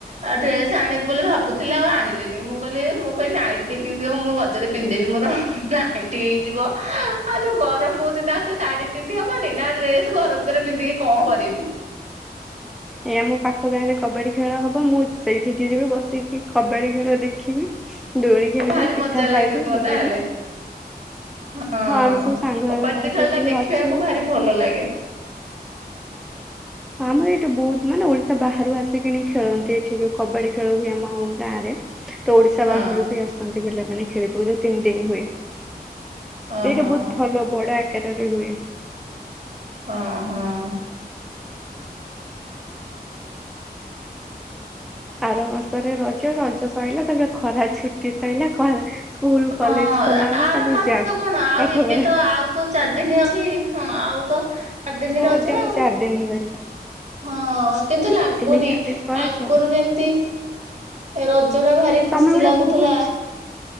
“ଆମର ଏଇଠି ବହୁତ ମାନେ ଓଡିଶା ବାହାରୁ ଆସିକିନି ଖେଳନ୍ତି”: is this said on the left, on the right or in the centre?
Centre